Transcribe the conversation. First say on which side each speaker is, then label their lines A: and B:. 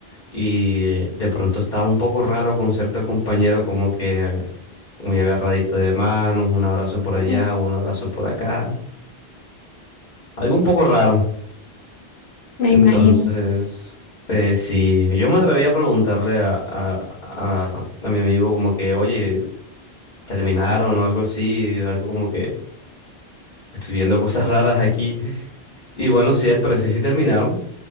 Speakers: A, on the left; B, on the left.
A: y eh, de pronto estaba un poco raro con cierto compañero, como que ag- muy agarradito de manos, un abrazo por allá,
B: Mm,
A: un abrazo por acá. Algo un poco raro.
B: Me
A: Entonces,
B: imagino.
A: eh, sí, yo me atreví a preguntarle a, a, a- a mi amigo como que, oye, terminaron o algo así, algo como que estoy viendo cosas <laughs> raras aquí. Y bueno, sí, al parecer sí terminaron,